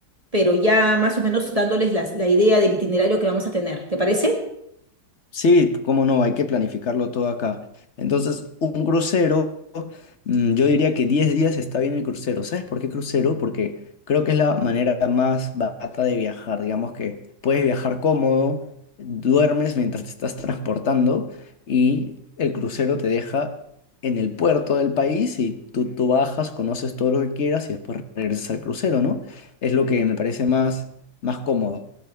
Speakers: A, on the right; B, on the left.
A: pero ya más o menos dándoles las- la idea del itinerario que vamos a tener. ¿Te parece?
B: Sí, cómo no, hay que planificarlo todo acá. Entonces, un crucero, mm, yo diría que 10 días está bien el crucero. ¿Sabes por qué crucero? Porque creo que es la manera más barata de viajar. Digamos que puedes viajar cómodo, duermes mientras te estás <laughs> transportando y el crucero te deja en el puerto del país y tú, tú bajas, conoces todo lo que quieras y después regresas al crucero, ¿no? Es lo que me parece más, más cómodo.